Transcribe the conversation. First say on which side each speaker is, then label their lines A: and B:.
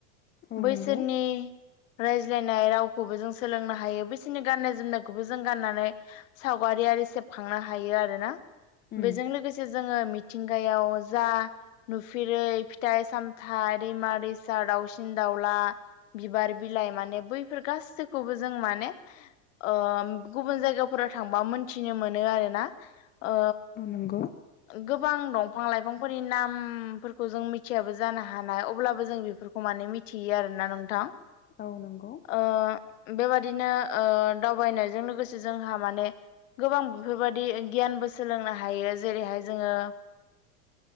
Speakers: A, on the left; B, on the left.
A: औ
B: बैसोरनि
A: नंगौ
B: रायज्लायनाय रावखौबो जों सोलोंनो हायो। बिसोरनि गाननाय जोमनायखौबो जों गाननानै सावगारि सावगारि सेबखांनो हायो आरोना?
A: उम
B: बेजों लोगोसे जोङो मिथिंगायाव जा नुफेरै फिथाय सामथाय दैमा दैसा दावसिन दावला बिबार बिलाइ माने बैफोर गासैखौबो जों माने ओ गुबुन जायगाफोर राव थांबा मोनथिनो मोनो आरोना? ओ
A: औ नंगौ
B: गोबां दंफां लाइफांफोरनि नामफोरखौ जों मिथ थियाबो जानो हानाय अब्लाबो जों बेफोरखौ माने मिथियो आरोना नोंथां?
A: औ नंगौ।
B: ओ बेबादिनो ओ दावबायनायजों लोगोसे जोंहा माने गोबां बेफोरबादि गियानबो सोलोंनो हायो। जेरैहाय जोङो